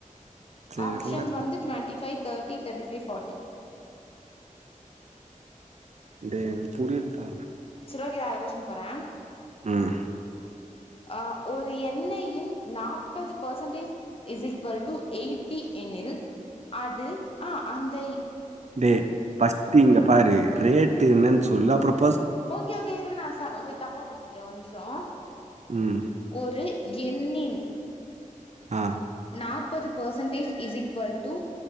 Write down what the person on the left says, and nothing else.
ஆப்ஷன்ஸ் வந்து twenty five thirty thirty five forty
செரி ஓகே வேற கொஸ்டின் போறே
ஆ ஒரு எண்ணையின் நாப்பது percentage is equal to eighty எனில் அது ஆ அந்தய்
ஓகே ஓகே இரு நாசா வித் தப்பா படிச்ட்டே ஒரு நிமிஷோ
ஒரு எண்ணின்
நாப்பது percentage is equal to